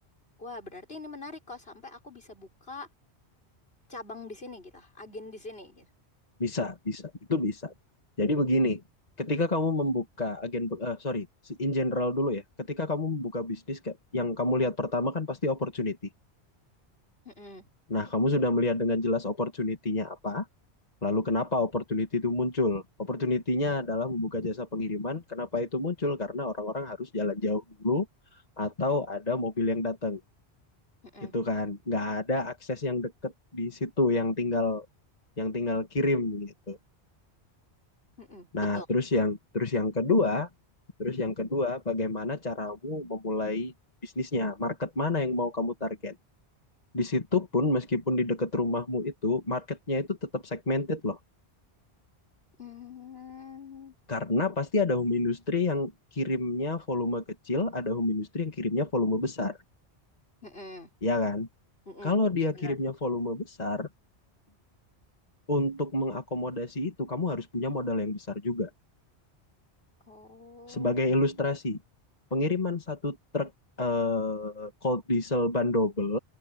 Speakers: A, on the left (about 60°); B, on the left (about 35°).
A: wah berarti ini menarik kok sampai aku bisa buka cabang di sini gitu, agen di sini gitu.
B: bisa, bisa, itu bisa. Jadi begini, ketika kamu membuka agen, eh, sorry, in general dulu ya, ketika kamu membuka bisnis, kayak- yang kamu lihat pertama kan pasti opportunity.
A: Mm-mm,
B: Nah, kamu sudah melihat dengan jelas opportunity-nya apa, lalu kenapa opportunity itu muncul? Opportunity-nya adalah membuka jasa pengiriman. Kenapa itu muncul? Karena orang-orang harus jalan jauh dulu atau ada mobil yang datang,
A: mm-mm,
B: gitu kan? Nggak ada akses yang deket di situ, yang tinggal yang tinggal kirim gitu.
A: mm-mm,
B: Nah,
A: betul.
B: terus yang terus yang kedua, terus yang kedua, bagaimana caramu memulai bisnisnya? Market mana yang mau kamu target? Di situ pun meskipun di dekat rumahmu itu marketnya itu tetap segmented loh.
A: Mm,
B: Karena pasti ada home industry yang kirimnya volume kecil, ada home industry yang kirimnya volume besar,
A: mm-mm,
B: ya kan?
A: mm-mm,
B: Kalau
A: betul
B: dia
A: benar.
B: kirimnya volume besar, untuk mengakomodasi itu kamu harus punya modal yang besar juga.
A: Oh,
B: Sebagai ilustrasi, pengiriman satu truk eh, cold diesel ban double,